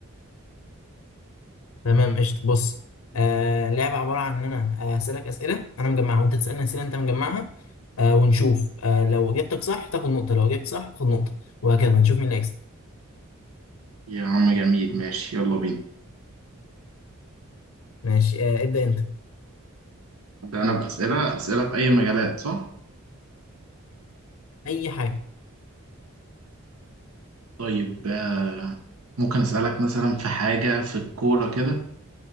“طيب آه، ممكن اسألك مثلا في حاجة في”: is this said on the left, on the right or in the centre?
Right